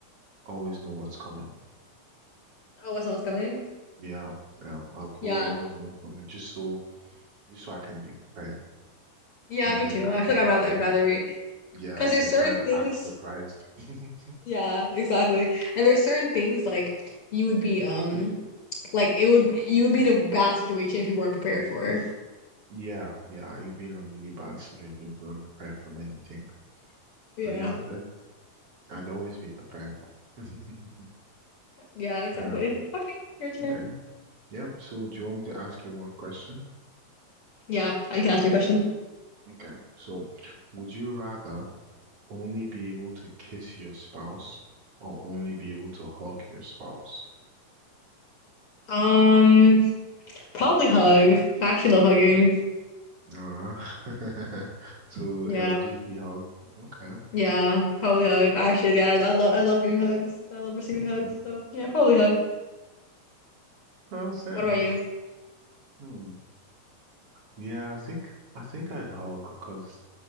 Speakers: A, on the right; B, on the left.
A: Always know what's coming.
B: Oh, it's not coming?
A: Yeah, yeah. I'll go
B: Yeah.
A: always know what's coming just so just so I can be prepared.
B: Yeah,
A: And
B: me
A: then
B: too.
A: I
B: I feel
A: can
B: like I'd rather
A: I
B: I'd
A: can
B: rather wait
A: yeah,
B: because
A: I
B: there's
A: can
B: certain
A: try and
B: things
A: act surprised. <laughs>
B: yeah, exactly. And there's certain things like you would be um like it would you would be in a bad situation if you weren't prepared for.
A: Yeah, yeah. You've been in a really bad situation. You weren't prepared for many things.
B: Yeah.
A: But yeah, that I'd always be prepared. <laughs>
B: Yeah, exactly.
A: Yeah.
B: Okay, your turn.
A: Okay. Yeah. So do you want me to ask you one question?
B: Yeah, I can ask you a question.
A: Okay. So would you rather only be able to kiss your spouse or only be able to hug your spouse?
B: Um Probably hug. I actually love hugging.
A: Uh, <laughs> so
B: Yeah.
A: it'll just be how okay.
B: Yeah, probably hug. Actually, yeah, I, I love I love giving hugs. I love receiving
A: Okay.
B: hugs. So, yeah, probably hug.
A: Well, fair
B: What
A: enough.
B: about you?
A: Hmm. Yeah, I think I think I'd hug because